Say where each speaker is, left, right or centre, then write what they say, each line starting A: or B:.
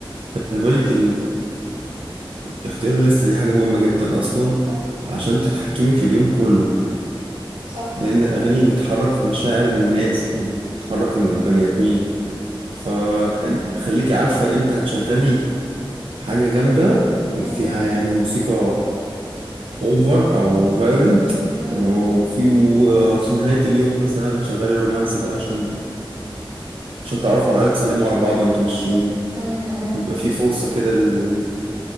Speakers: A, on the right; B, on the right.
A: خلي بالك اختيار الليستة دي حاجة مهمة جدا أصلا
B: صح
A: عشان تتحكمي في اليوم كله
B: صح
A: لأن
B: صح
A: الأغاني بتحرك مشاعر الناس وبتحرك البني آدمين فخليكي عارفة إمتى هتشغلي حاجة جامدة
B: امم
A: فيها يعني موسيقى أوفر أو فايولنت
B: امم
A: وفي وفي نهاية اليوم مثلا شغالي رومانسي بقى عشان عشان تعرفوا على الأقل تسلموا على بعض وأنتم ماشيين
B: امم
A: يبقى في فرصة كده لل-